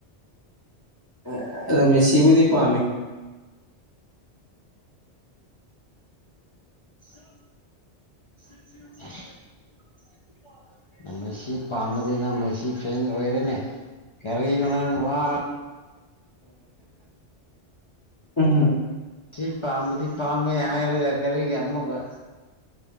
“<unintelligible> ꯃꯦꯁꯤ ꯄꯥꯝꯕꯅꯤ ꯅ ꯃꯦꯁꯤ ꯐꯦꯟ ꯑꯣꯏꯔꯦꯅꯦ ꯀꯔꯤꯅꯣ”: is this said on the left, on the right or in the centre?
Left